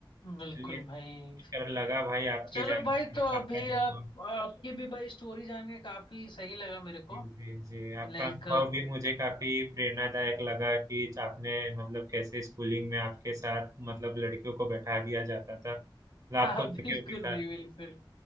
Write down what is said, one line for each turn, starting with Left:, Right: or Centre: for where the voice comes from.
Right: चलिए
Left: बिल्कुल भाई
Right: कर लगा भाई आपकी
Left: चलो
Right: जान
Left: भाई तो
Right: आपका
Left: अभी
Right: अनुभव
Left: आप आपकी भी भाई स्टोरी जान के काफी सही लगा मेरे
Right: जी
Left: को
Right: जी जी आपका
Left: लाइक
Right: अनुभव
Left: <laughs>
Right: भी मुझे काफी प्रेरणादायक लगा कि आपने मतलब कैसे स्कूलिंग में आपके साथ मतलब लड़कियों को बैठा दिया जाता था मतलब आपको
Left: हाँ
Right: लड़कियों
Left: बिल्कुल
Right: के साथ
Left: भाई बिल्कुल